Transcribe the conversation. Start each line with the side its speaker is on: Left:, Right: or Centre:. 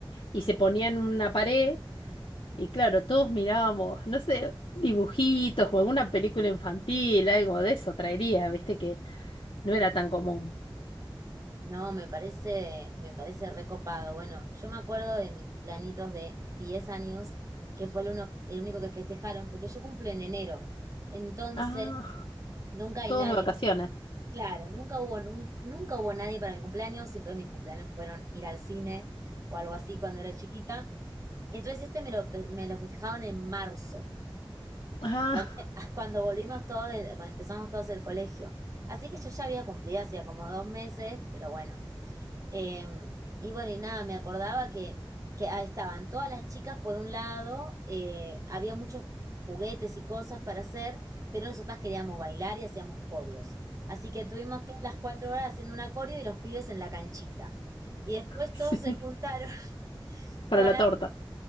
Left: y se ponían una pared y claro, todos mirábamos, no sé, dibujitos o alguna película infantil, algo de eso traería, viste que no era tan común.
Right: No, me parece, me parece recopado. Bueno, yo me acuerdo de mi cumpleañitos de 10 años, que fue el uno, el único que festejaron, porque yo cumplo en enero. Entonces,
Left: Ah,
Right: nunca hay
Left: todos
Right: nadie
Left: de vacaciones.
Right: Claro, nunca hubo, nun- nunca hubo nadie para mi cumpleaños, siempre mis cumpleaños fueron ir al cine o algo así cuando era chiquita. Entonces este me lo, pe- me lo festejaron en marzo,
Left: Ah,
Right: donde- <laughs> cuando volvimos todos, de- cuando empezamos todos el colegio. Así que yo ya había cumplido hacía como dos meses, pero bueno, eh, y bueno, y nada, me acordaba que, que ah, estaban todas las chicas por un lado, eh, había muchos juguetes y cosas para hacer, pero nosotras queríamos bailar y hacíamos corios. Así que tuvimos todas las cuatro horas haciendo una coreo y los pibes en la canchita. Y después
Left: <laughs> sí,
Right: todos se juntaron <laughs>
Left: para
Right: para
Left: la
Right: la...
Left: torta.